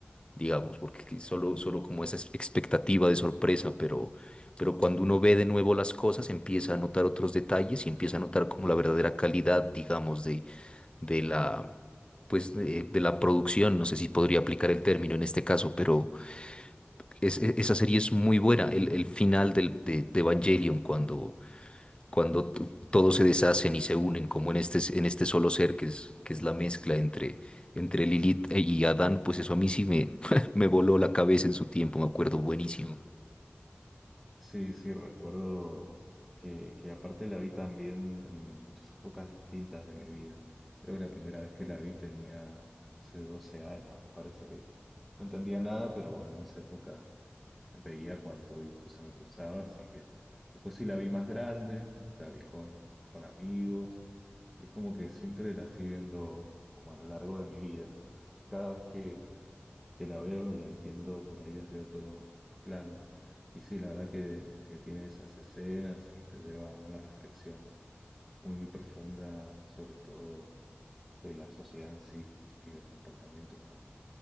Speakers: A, on the left; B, in the centre.
A: digamos, porque solo, solo como esa expectativa de sorpresa, pero, pero cuando uno ve de nuevo las cosas, empieza a notar otros detalles y empieza a notar como la verdadera calidad, digamos, de, de la, pues, de, de la producción, no sé si podría aplicar el término en este caso, pero es- e- esa serie es muy buena, el, el final del, de, de Evangelion, cuando, cuando t- todos se deshacen y se unen, como en este, en este solo ser que es, que es la mezcla entre, entre Lilith y Adán, pues eso a mí sí me, <laughs> me voló la cabeza en su tiempo, me acuerdo buenísimo.
B: Sí, sí, recuerdo que, que aparte la vi también en muchas épocas distintas de mi vida. Creo que la primera vez que la vi tenía, no sé, 12 años, me parece que no entendía nada, pero bueno, en esa época veía cuánto dibujo se me cruzaba, así que después sí la vi más grande, la vi con, con amigos, y es como que siempre la fui viendo como a lo largo de mi vida, y cada vez que, que la veo la entiendo por ahí desde otro plano. Y sí, la verdad que, que tiene esas escenas y te lleva a una reflexión muy, muy profunda, sobre todo de la sociedad en sí y del comportamiento humano.